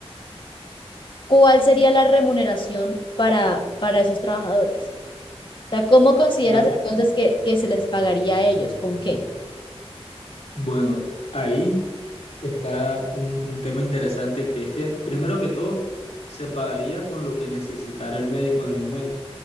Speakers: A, on the left; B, on the left.
A: cuál sería la remuneración para, para esos trabajadores? O sea, ¿cómo consideras
B: Bueno,
A: entonces que, que se les pagaría a ellos? ¿Con qué?
B: Mm, bueno, ahí está un, un tema interesante que es que, primero que todo, se pagaría con lo que necesitara el médico en el momento,